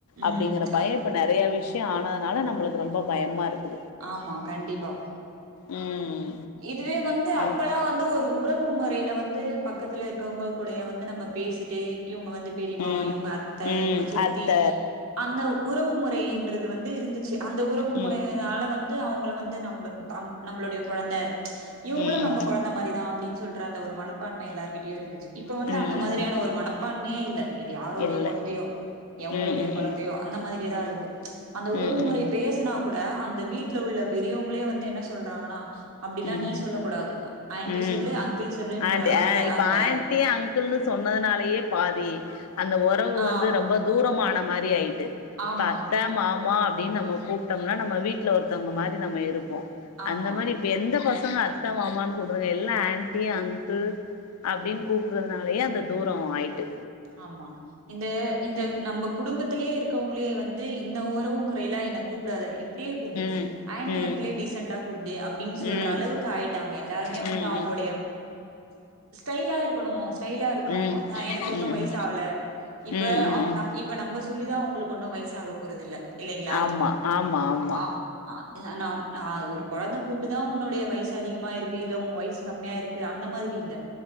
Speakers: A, on the right; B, on the left.
A: ம்
B: அப்டிங்கிற
A: அ
B: பய இப்ப நெறையா விஷ்யோ ஆனதுனால நம்மளுக்கு ரொம்பா பயமா இருக்கு
A: ஆமா கண்டிப்பா
B: ம்
A: இதுவே வந்து அப்பலா
B: அம்
A: வந்து ஒரு உறவு மொறைல வந்து பக்கத்துல இருக்கவ்ங்க கூடைய வந்து நம்ம பேசிட்டே இவுங்க வந்து பெரிம்மா
B: ம்
A: இவுங்க அத்த
B: ம்
A: இவுங்க சித்தி
B: அத்த
A: அந்த உறவு முறைன்றது வந்து இருந்துச்சு அந்த உறவு
B: ம்
A: மொலையனால வந்து அவுங்கள வந்து நம்ப கம் நம்முளுடைய கொழந்த இவுங்குளு
B: ம்
A: நம்ம
B: ம்
A: கொழந்த மாரிதா அப்டின் சொல்ற அந்த ஒரு மனப்பான்மை எல்லார்கிட்டியு இருந்துச்சு இப்ப வந்து
B: ம் ம்
A: அந்த மாதிரியான ஒரு மனப்பான்மியே இல்ல இது யாரோடைய
B: இல்ல
A: கொழந்தையோ எவுங்குளுடைய
B: ம் ம்
A: கொழந்தையோ
B: ம்
A: அந்த மாதிரிதா
B: ம்
A: இருக்கு அந்த உறவு
B: ம் ம்
A: முறைய பேசுனா கூட அந்த வீட்ல உள்ள பெரியவங்ளே வந்து என்ன சொல்றாங்கனா அப்டிலா
B: ம்
A: நீ சொல்ல கூடாது ஆன்டி
B: ம்
A: சொல்லு அங்கிள் சொல்லுன்ற
B: ஆன்ட்
A: அந்த
B: ஆ இப்ப
A: அந்த
B: ஆன்ட்டி அங்கிள்ன்னு சொன்னதுனாலயே பா தி அந்த ஒறவு
A: ஆ
B: வந்து ரொம்ப தூரமான மாரி ஆய்ட்டு
A: ஆமா
B: ப்ப அத்த மாமா டின் நம்மோ கூப்டம்னா நம்ம வீட்ல ஒருத்தவ்ங்க மாரி நம்ம இருப்போ
A: ஆமா
B: அந்த மாரி இப்ப எந்த பஸ் சங்க அத்த மாமான் கூப்டுறாங்க எல்லா ஆன்ட்டி அங்கிள் அப்டின் கூப்புடுதுனாலயே அந்த தூரோ ஆய்ட்டு
A: ஆமா இந்த இந்த நம்ம குடும்பத்திலே இருக்கவ்ங்ளே வந்து இந்த ஒறவு முறைலா என்ன கூப்டாத இப்டியே கூப்டு
B: ம்
A: ஆன்டி
B: ம்
A: அங்கிளே டீசண்ட்டா கூப்டு அப்டின்
B: ம்
A: சொல்ற அளவுக்கு ஆய்ட்டாங்க எல்லாருமே
B: ம்
A: வந்து
B: ம்
A: அவுங்குளுடைய
B: ம்
A: ஸ்டைலா இருக்குணு ஸ்டைலா இருக்குணு
B: ம் ம்
A: நா எனக் கொண்ணு வய்ஸ் ஆவுல இப்ப
B: ம் ம்
A: அ
B: ம்
A: நம் இப்ப நம்ப சொல்லிதா உங்களுக்கு ஒண்ணு வய்சாக போறதில்ல இல்லைங்ளா
B: ஆமா ஆமா ஆமா
A: அ அ இல்ல நாம் ஆ ஒரு கொழந்த கூப்ட்டு தா உன்னுடைய வய்சு அதிகமாயிருக்கு இல்ல உன் வய்சு கம்மியா இருக்கு அந்த மாதிரி இல்ல